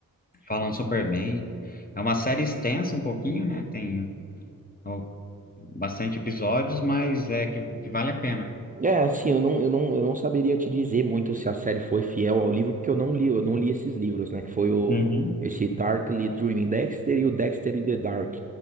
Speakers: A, on the left; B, on the right.
A: falam
B: E-
A: super bem. É uma série extensa um pouquinho, né, tem ó, bastante episódios, mas é que, que vale a pena.
B: É, assim, eu não, eu não, eu não saberia te dizer muito se a série foi fiel ao livro, porque eu não li, eu não li esses livros, né? Que foi o,
A: Uhum.
B: esse Darkly Dreaming Dexter e o Dexter in the Dark,